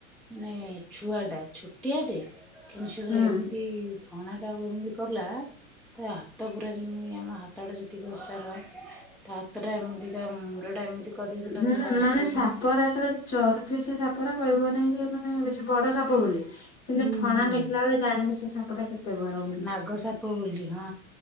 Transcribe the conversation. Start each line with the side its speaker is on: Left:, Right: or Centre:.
Centre: ମାନେ ଛୁଆ ଟା ଛୋଟିଆ ଟେ କିନ୍ତୁ ସେ ଯେତେବେଳେ
Left: ହୁଁ
Centre: ଏମିତି ଫଣା ଟାକୁ ଏମିତି କଲା ତା ହାତ ପୁରା ଯେମିତି ଆମ ହାତ ଟା ଯେତିକି ଓସାର ତା ହାତଟା ଏମିତି ତା ମୁଣ୍ଡ ଟା ଏମିତି କରିଦେଇଥିଲା
Left: ହୁଁ
Centre: ପୁରା ହାତଟାକୁ
Left: ମାନେ ସାପ ଉରା ତ ଚରୁଥିବେ ସେ ସାପଗୁରା କହିବ ନାଇଁ ଯେ ମାନେ ବେଶୀ ବଡ ସାପ ବୋଲି। କିନ୍ତୁ
Centre: ହୁଁ
Left: ଫଣା
Centre: ହୁଁ।
Left: ଟେକିଲା ବେଳେ ଜାଣିବୁ ସେ ସାପ ଟା କେତେ ବଡ ବୋଲି।
Centre: ନାଗ ସାପ ବୋଲି ହଁ।